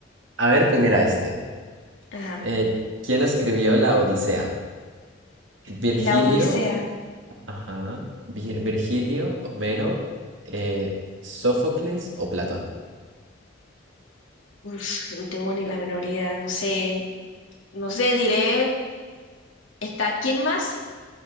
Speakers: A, on the right; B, on the left.
A: A ver, pues mira este.
B: Ajá.
A: Eh, ¿quién escribió la Odisea? Virgilio,
B: La Odisea.
A: ajá, Vir- Virgilio, Homero, eh, Sófocles o Platón.
B: Uf, no tengo ni la menor idea, no sé, no sé, diré. ¿Está quién más?